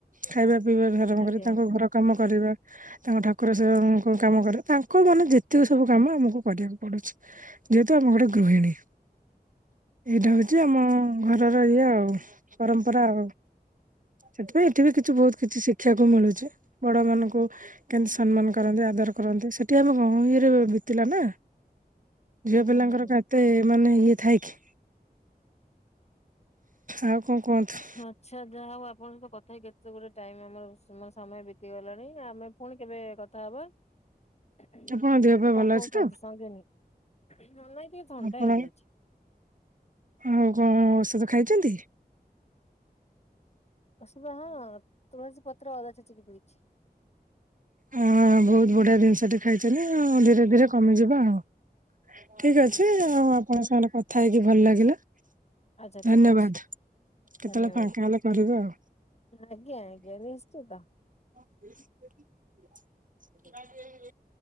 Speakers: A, on the right; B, on the left.
A: ଖାଇବା ପିଇବା ଠୁ ଆରମ୍ଭ
B: ଆଜ୍ଞା
A: କରି ତାଙ୍କ ଘର କାମ କରିବା ତାଙ୍କ ଠାକୁର ସେଏ ଙ୍କୁ କାମ କରେ ତାଙ୍କ ମାନେ ଯେତିକ ସବୁ କାମ ଆମକୁ କରିବାକୁ ପଡୁଚି। ଯେହେତୁ ଆମ ଗୋଟେ ଗୃହିଣୀ। ଏଇଟା ହଉଚି ଆମ ଘରର ଇଏ ଆଉ ପରମ୍ପରା ଆଉ। ସେଥିପାଇଁ ଏଠି ବି କିଛି ବହୁତ୍ କିଛି ଶିଖିବାକୁ ମିଳୁଚି ବଡ ମାନଙ୍କୁ କେମିତି ସମ୍ମାନ କରନ୍ତି ଆଦର କରନ୍ତି ସେଠି ଆମେ <unintelligible> ବିତିଲା ନା।
B: ହୁଁ।
A: ଝିଅ ପିଲାଙ୍କର କାତ୍ କେତେ ମାନେ ଇଏ ଥାଏ କି -ଆଉ କଣ କୁହନ୍ତୁ।
B: ଆଚ୍ଛା ଯାହାଉ ଆପଣଙ୍କ କଥା ହେଇ କେତେ ଗୁରେ ଟାଇମ୍ ଆମର ସମୟ-ସମୟ ବିତିଗଲାଣି ଆମେ ପୁଣି କେବେ କଥା ହବା। କଣ
A: ଆପଣଙ୍କ ଦେହ ପା ଭଲ
B: କହୁଚନ୍ତି
A: ଅଛି ତ?
B: ସଙ୍ଗିନୀ? ହଁ- ନାଇଁ ଟିକେ ଥଣ୍ଡା
A: ଆପଣ
B: ହେଇଯାଇଚି।
A: ଆଉ କଣ ଔଷଧ ଖାଇଚନ୍ତି?
B: ଔଷଧ ହଁ ତୁଳସୀପତ୍ର ଅଦା ଛେଚି କି ପିଇଚି।
A: ହଁ ବହୁତ୍ ବଢିଆ ଜିନିଷଟି ଖାଇଚନ୍ତି ଆଉ ଧୀରେ ଧୀରେ କମିଯିବ ଆଉ। ଠିକ୍ ଅଛି ଆଉ ଆପଣଙ୍କ ସାଙ୍ଗେରେ କଥା ହେଇକି ଭଲ୍ ଲାଗିଲା।
B: ଆଚ୍ଛା
A: ଧନ୍ୟବାଦ।
B: ଠିକ୍ ଅଛି। ଧନ୍ୟବାଦ୍।
A: କେତେବେଳେ ଫାଙ୍କା ହେଲେ କରିବେ ଆଉ ହୁଁ <inaudible>